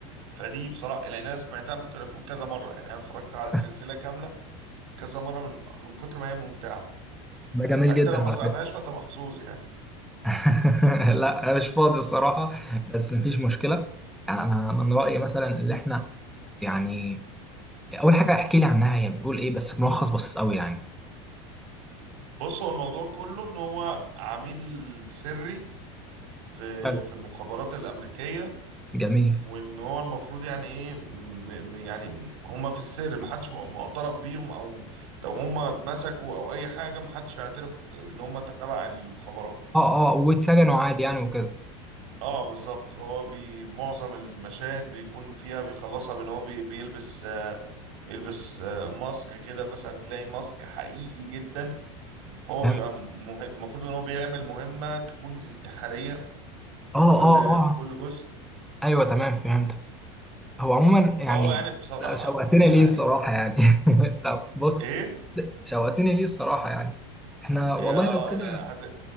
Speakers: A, on the right; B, in the centre.
A: فدي بصراحه لان انا سمعتها ممكن اكون كذا مره يعني انا اتفرجت على السلسله
B: <laughs>
A: كامله كذا مره من من كتر ما هي ممتعه
B: ده جميل
A: فانت
B: جدا
A: لو ما
B: على
A: سمعتهاش
B: فكره
A: فانت محظوظ يعني
B: <laughs> لا انا مش فاضي الصراحه بس مفيش مشكله يعني انا من رايي مثلا اللي احنا يعني اول حاجه احكي لي عنها هي بتقول ايه بس ملخص بسيط قوي يعني
A: بص هو الموضوع كله ان هو عميل سري في
B: حلو
A: في المخابرات الامريكيه
B: جميل
A: وان هو المفروض يعني ايه م م- يعني هم في السر محدش م- معترف بيهم او لو هم اتمسكوا او اي حاجه محدش هيعترف ان هم تبع المخابرات
B: اه اه واتسجنوا عادي يعني وكده
A: اه بالظبط هو بي معظم المشاهد بيكون فيها بيخلصها بان هو بي بيلبس آه بيلبس آه ماسك كده مثلا تلاقي ماسك حقيقي جدا هو
B: فهمت
A: بيبقى مه- المفروض ان هو بيعمل مهمة تكون انتحارية في
B: اه
A: كل
B: اه اه
A: في كل جزء
B: ايوه تمام فهمتك هو عموما يعني
A: فهو يعني بصراحة
B: ده شوقتني
A: يعني
B: ليه الصراحه يعني <laughs> طب بص
A: ايه
B: ده شوقتني ليه الصراحه يعني احنا والله
A: يا
B: لو كده
A: يا هت